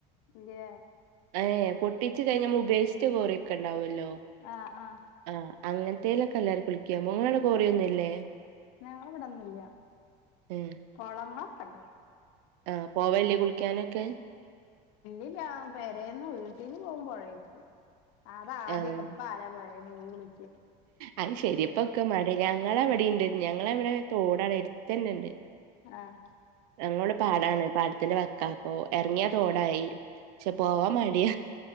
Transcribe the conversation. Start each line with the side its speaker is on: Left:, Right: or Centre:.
Left: ഇല്ലേ
Right: ഏഹ് പൊട്ടിച്ച് കഴിഞ്ഞ നമ്മൾ ഉപേക്ഷിച്ച കോറിയൊക്കെ ഉണ്ടാവുമല്ലോ
Left: ആഹ് ആഹ്
Right: ആഹ് അങ്ങനത്തേലൊക്കെ എല്ലാവരും കുളിക്കാ മുങ്ങാനുള്ള കോറിയൊന്നും ഇല്ലേ
Left: ഞങ്ങള ഇവിടന്നില്ല
Right: ഏഹ്
Left: കോളങ്ങളൊ ക്കണ്ട്
Right: ആഹ് പോ വെല്ലേ കുളിക്കാനൊക്കെ
Left: ഇല്ല ഞ പേരന്ന് വീട്ടീന്ന് പോവും പുഴേക്ക് അതാ ആദ്യക്കേ
Right: ആഹ്.
Left: ഇപ്പ ആരാ പോഴേ പോയികുളി
Right: അത് ശരിയപ്പൊക്കെ മര ഞങ്ങള ഇ വിടെുണ്ട് ഞങ്ങളവിടെ തോടാണ് എട്ത്തന്നെണ്ട്
Left: ആഹ്
Right: ഞങ്ങടെ പാടാണ് പാടത്തിന്റെ വക്കാ അപ്പൊ ഇറങ്ങിയാ
Left: ആഹ്
Right: തോടായി പക്ഷെ പോവാൻ മടിയ